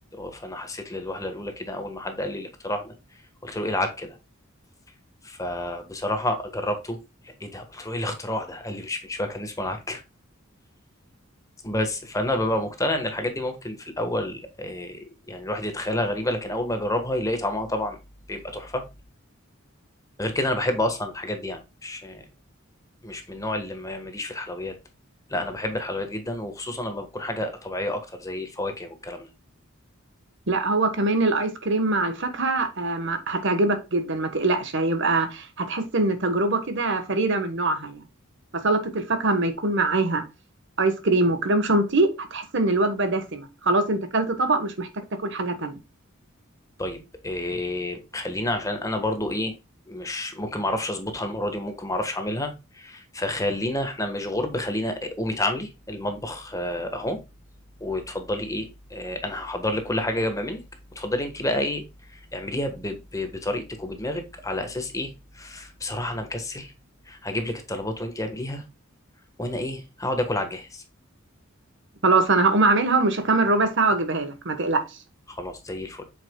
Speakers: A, on the left; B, on the right.
A: فانا حسيت للوهله الاولى كده اول ما حد قال لي الاختراع ده قلت له ايه العك كده فبصراحه جربته لا ايه ده قلت له ايه الاختراع ده قال لي مش من شويه كان اسمه العك بس فانا ببقى مقتنع ان الحاجات دي ممكن في الاول آه، يعني الواحد يتخيلها غريبه لكن اول ما يجربها يلاقي طعمها طبعا بيبقى تحفه غير كده انا بحب اصلا الحاجات دي يعني مش مش من النوع اللي ما- ماليش في الحلويات لا انا بحب الحلويات جدا وخصوصا لما بتكون حاجه طبيعيه اكتر زي الفواكه والكلام ده
B: لا هو كمان الايس كريم مع الفاكهه آه ما- هتعجبك جدا ما تقلقش هيبقى هتحس ان تجربه كده فريده من نوعها يعني فسلطه الفاكهه اما يكون معاها ايس كريم وكريم شانتيه هتحس ان الوجبه دسمه خلاص انت اكلت طبق مش محتاج تاكل حاجه تانية
A: طيب آه، خلينا عشان انا برضو ايه مش ممكن ما اعرفش اظبطها المره دي وممكن ما اعرفش اعملها فخلينا احنا مش غرب خلينا قومي تعاملي المطبخ آه، اهو وتفضلي ايه آه، انا هحضر لك كل حاجه جنب منك وتفضلي انت بقى ايه اعمليها ب... ب... بطريقتك وبدماغك على اساس ايه بصراحه انا مكسل هجيب لك الطلبات وانت اعمليها وانا ايه هقعد اكل على الجهاز
B: خلاص انا هقوم اعملها ومش هكمل ربع ساعة واجيبها لك ما تقلقش
A: خلاص زي الفل